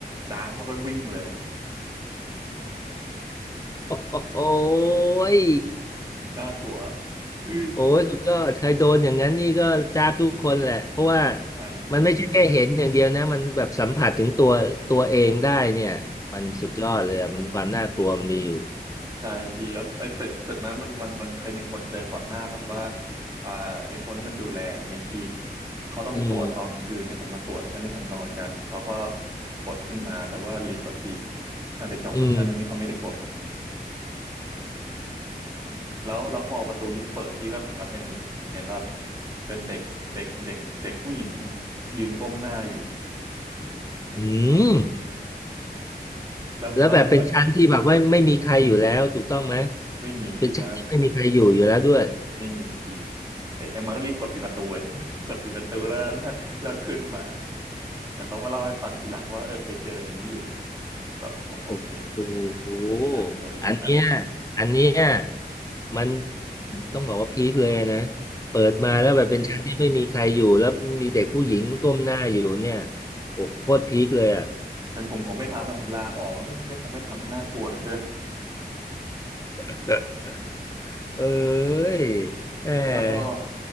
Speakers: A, on the right; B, on the left.
A: จ้าดมันก็วิ่งเลย
B: <laughs> โอ้ย
A: น่ากลัวเฮ้ย
B: โอ้ยสุดยอดใครโดนอย่างนั้นนี่ก็จ้าบทุกคนแหละ เพราะว่า
A: ไอพี่
B: มันไม่ใช่แค่เห็นอย่างเดียวนะ มันแบบสัมผัสถึงตัวตัวเองได้เนี่ย มันสุดยอดเลยอะมันความน่ากลัวมันมีอยู่
A: ใช่พี่แล้วไอ้ตึกตึกนั้นมันมันมันเคยมีคนเจอก่อนหน้าแบบว่าอ่าไอ้คนที่มันดูแลอย่างเงี้ยพี่เขาต้องตรวจตอนคืนเนี่ยจะมาตรวจชั้นที่ผมนอนกันเขาก็
B: อืม
A: กดขึ้นมาแต่ว่าลิฟต์อะพี่มันไปจอดอีกชั้นหนึ่งที่เขาไม่ได้กด
B: อืม
A: แล้วเราพอประตูลิฟต์เปิดพี่ก็เหมือนกับเป็นเห็นแบบเป็นเด็กเด็กเด็กเด็กผู้หญิงยืนก้มหน้าอยู่
B: อืม
A: แล้วแล้วมันก็
B: แล้วแบบเป็นชั้นที่แบบว่าไม่มีใครอยู่แล้วถูกต้องไหม
A: ไม่มีที่ชั้น
B: เป็นชั้นที่ไม่มีใครอยู่อยู่แล้วด้วย
A: ไม่มีพี่เอ๊ะมันก็รีบกดปิดประตูเลย <laughs> กดปิดประตูแล้วแล้วแล้วขึ้นมาแต่เขามาเล่าให้ฟังทีหลังว่าเออเคยเจออย่างนี้อยู่ก็โอ้โหโอเค
B: โอ้โห
A: น่ากลัวอยู่เหมือนกัน
B: อันเนี้ยอันเนี้ยมันต้องบอกว่าพีคเลยนะเปิดมาแล้วแบบเป็นชั้นที่ไม่มีใครอยู่แล้วมีเด็กผู้หญิงก้มหน้าอยู่เนี่ย
A: ใช่พี่
B: โอ้โคตรพีคเลยอ่ะ
A: เป็นผมผมไม่ทำแล้วผมลาออกแล้วไม่ไม่คงไม่ทำมันน่ากลัวเหลือเกิน
B: <laughs> เอ้ย
A: <laughs>
B: แหม
A: แล้วก็